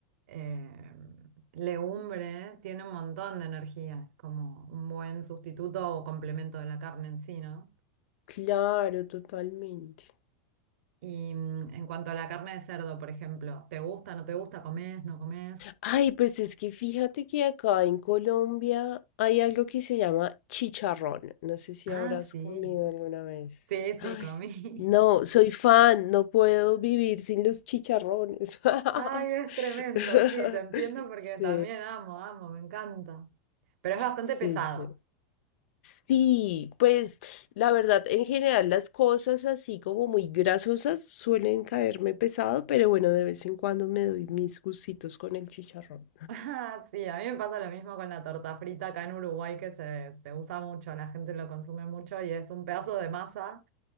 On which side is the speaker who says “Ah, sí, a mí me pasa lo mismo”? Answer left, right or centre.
Right